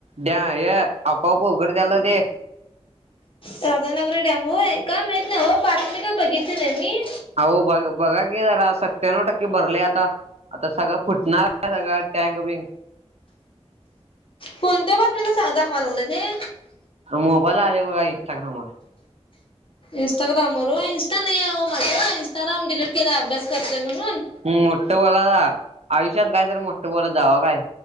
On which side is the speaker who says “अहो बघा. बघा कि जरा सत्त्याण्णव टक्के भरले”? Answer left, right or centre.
Right